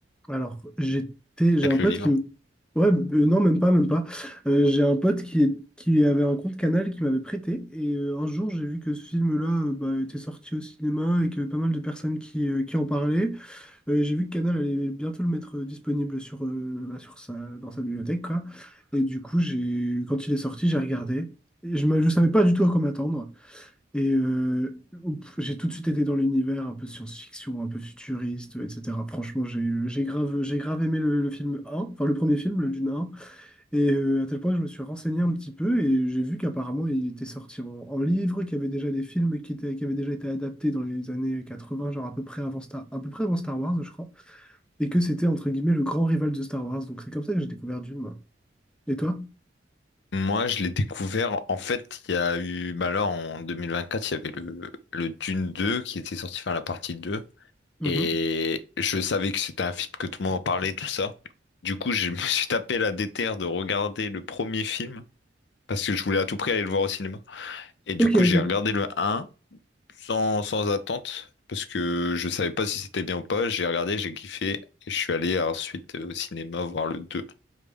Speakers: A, in the centre; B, on the left.
A: Alors, j'étais, j'ai
B: Peut-être
A: un pote
B: le livre?
A: qui me... Ouais, euh, non, même pas, même pas. Euh, j'ai un pote qui, est- qui avait un compte Canal qui m'avait prêté. Et euh, un jour, j'ai vu que ce film-là euh, bah, était sorti au cinéma et qu'il y avait pas mal de personnes qui, euh, qui en parlaient. Euh, j'ai vu que Canal allait bientôt le mettre euh, disponible sur, euh, bah, sur sa, dans sa bibliothèque, quoi. Et du coup, j'ai, quand il est sorti, j'ai regardé. Et je ne savais pas du tout à quoi m'attendre. Et euh, ouf, j'ai tout de suite été dans l'univers un peu science-fiction, un peu futuriste, etc. Franchement, j'ai j'ai grave, j'ai grave aimé le, le film un enfin le premier film, le Dune un Et euh, à tel point que je me suis renseigné un petit peu et j'ai vu qu'apparemment il était sorti en, en livre, qu'il y avait déjà des films qui, étaient, qui avaient déjà été adaptés dans les années quatre-vingts genre à peu près avant Star, à peu près avant Star Wars, je crois. Et que c'était entre guillemets le grand rival de Star Wars. Donc c'est comme ça que j'ai découvert Dune. moi. Et toi?
B: Moi, je l'ai découvert. En fait, il y a eu. Bah là, en 2024, il y avait le, le Dune 2 qui était sorti, enfin la partie 2.
A: Mhm.
B: Et je savais que c'était un film que tout le monde en parlait, tout ça. Du coup, je <laughs> me suis tapé la déterre de regarder le premier film parce que je voulais à tout prix aller le voir au cinéma. Et du
A: Ok,
B: coup,
A: ok.
B: j'ai regardé le 1 sans, sans attente, parce que je savais pas si c'était bien ou pas. J'ai regardé, j'ai kiffé, et je suis allé ensuite euh, au cinéma voir le deux